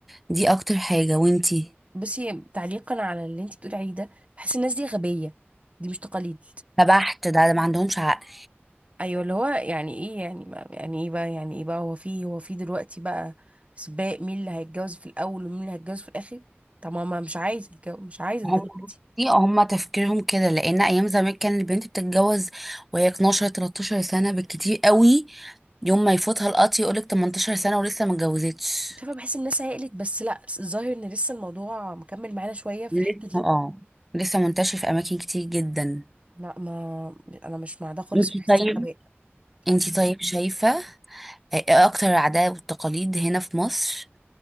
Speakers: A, in the centre; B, on the right.
A: دي اكتر حاجه وانتي
B: بصي تعليقا على اللي انت بتقولي عليه ده بحس الناس دي غبية دي مش تقاليد
A: فبحت ده, ده ما عندهمش عقل
B: ايوه اللي هو يعني ايه يعني ما يعني ايه بقى يعني ايه بقى هو في هو في دلوقتي بقى سباق مين اللي هيتجوز في الاول ومين اللي هيتجوز في الاخر طب ما ما مش عايزه اتجوز مش عايزه
A: هم
B: دلوقتي
A: بصي هم تفكيرهم كده لان ايام زمان كان البنت بتتجوز وهي 12 13 سنه بالكتير قوي يوم ما يفوتها القطر يقولك 18 سنه ولسه ما اتجوزتش
B: شايفه بحس الناس هيقلت بس لا الظاهر ان لسه الموضوع مكمل معانا شويه في
A: لسه
B: الحته دي
A: اه لسه منتشر في اماكن كتير جدا
B: لا ما انا مش مع ده خالص
A: انتي
B: بحسها
A: طيب
B: غباء قولي.
A: انتي طيب شايفة آه، ايه اكتر العادات والتقاليد هنا في مصر